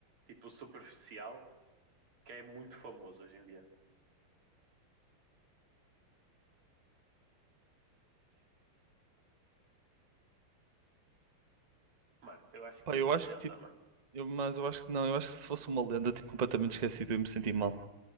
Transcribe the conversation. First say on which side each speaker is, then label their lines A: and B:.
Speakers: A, on the right (about 85°); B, on the right (about 40°).
A: tipo superficial que é muito famoso hoje em dia. Mano, eu acho
B: Pá,
A: que
B: eu
A: é de
B: acho
A: lenda,
B: que tipo,
A: mano.
B: eu- mas eu acho que não, eu acho que se fosse uma lenda, tipo, completamente esquecido, eu ia me sentir mal.